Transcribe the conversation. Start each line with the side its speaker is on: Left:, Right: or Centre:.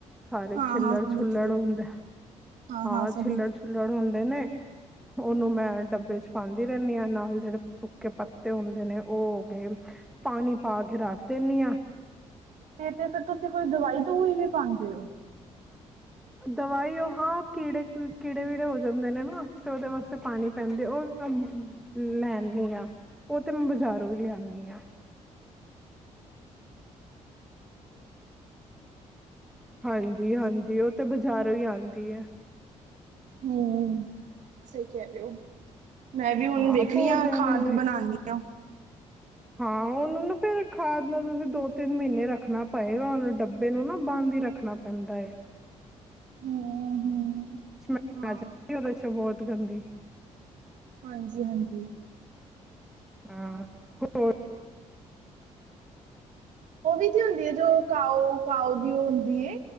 Centre: ਸਾਰੇ
Right: ਹਾਂ-ਹਾਂ
Centre: ਛਿੱਲੜ
Right: ਸਮਝ
Centre: ਛੁਲੜ
Right: ਗਈ।
Centre: ਹੁੰਦੇ,
Right: ਹਾਂ-ਹਾਂ
Centre: ਹਾਂ
Right: ਸਮਝ
Centre: ਛਿੱਲੜ
Right: ਗਈ।
Centre: ਛੁ ਹੁੰਦੇ ਨੇ, ਓਨੂੰ ਮੈਂ ਡੱਬੇ ਚ ਪਾਂਦੀ ਰੈਨੀ ਆਂ ਨਾਲ ਜੇੜੇ ਸੁੱਕੇ ਪੱਤੇ ਹੁੰਦੇ ਨੇ ਓ ਹੋਗੇ, ਪਾਣੀ ਪਾ ਕੇ ਰਾੱਖ ਦੇਂਨੀ ਆ
Right: ਤੇ ਤੇ ਫਿਰ ਤੁਸੀਂ ਕੋਈ ਦਵਾਈ ਦੂਵੂਈ ਵੀ ਪਾਉਂਦੇ ਹੋ
Centre: ਦਵਾਈ ਉਹੋ ਕੀੜੇ ਕੀੜੇ ਵੀੜੇ ਹੋ ਜਾਂਦੇ ਨੇ ਨਾ ਤੇ ਉਹਦੇ ਵਾਸਤੇ ਪਾਣੀ ਪੈਂਦਾ ਉਹ ਲੈਂਦੀ ਹਾਂ ਉਹ ਤੇ ਮੈਂ ਬਜ਼ਾਰੋਂ ਵੀ ਲਿਆਂਂਨੀ ਹਾਂ ਹਾਂਜੀ ਹਾਂਜੀ ਉਹ ਤੇ ਬਾਜਾਰੋਂ ਹੀ ਆਉਂਦੀ ਐ।
Right: ਹਮ ਸਹੀ ਕਹਿ ਰਿ ਹੋ। ਮੈਂ ਵੀ ਹੁਣ
Centre: ਹਾਂ
Right: ਵੇਖਨੀ
Centre: ਪੌਦਿਆਂ
Right: ਆਂ ਖਾਦ
Centre: ਨੂੰ ਵੀ
Right: ਬਨਾਨੀ ਆਂ
Centre: ਹਾਂ ਉਹਨੂੰ ਨਾ ਫੇਰ ਖਾਦ ਨੂੰ ਵੀ ਦੋ ਤਿੰਨ ਮਹੀਨੇ ਰੱਖਣਾ ਪਏਗਾ ਉਹਨੂੰ ਡੱਬੇ ਨੂੰ ਨਾ ਬੰਦ ਹੀ ਰੱਖਣਾ ਪੈਂਦਾ ਹੈ
Right: ਹੂੰ-ਹੂੰ
Centre: <inaudible>
Right: ਹਾਂ
Centre: ਉਦੇ ਚ ਬਹੁਤ ਗਂਦੀ
Right: ਹਾਂਜੀ-ਹਾਂਜੀ
Centre: ਹਾਂ <unintelligible>
Right: ਉਹ ਵੀ ਤੇ ਹੁੰਦੀ ਹੈ ਜੋ ਕਾਓ ਕਾਓ ਦੀ ਉਹ ਹੁੰਦੀ ਹੈ